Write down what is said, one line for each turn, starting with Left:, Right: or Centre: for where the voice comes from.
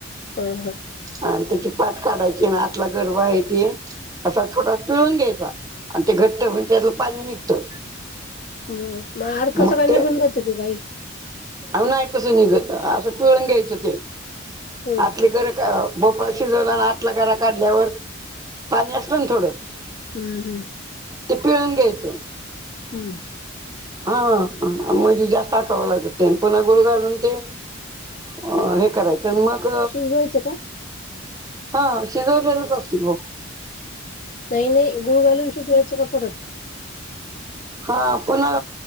Left: हम हम.
Right: अ त्याची पाठ काढायची ना आतला गरव आहेयची. असा थोडा पिळून घ्यायचा आणि ते घटत म्हणजे त्यातलं पाणी निघतं.
Left: बर मग अर्क
Right: मठ
Left: सगळा निघून
Right: ते
Left: जातो की गाई
Right: अ नाही तसं निघत असं. पिळून घ्यायचं ते
Left: हम्म
Right: आतली गर भोपळा शिजवला आणि आतला गरा काढल्यावर पाणी असत ना थोडं.
Left: हम्म हम्म.
Right: ते पिळून घ्यायचं.
Left: हम्म.
Right: हा म्हणजे जास्त आठावं लागत ते पन्हा गुळ घालून ते अ हे करायचं. तर मग
Left: शिजवायचं का
Right: हा शिजवलेलंच असगतील मग
Left: नाही नाही गुळ घालून शोजवायचं का परत
Right: हा पुन्हा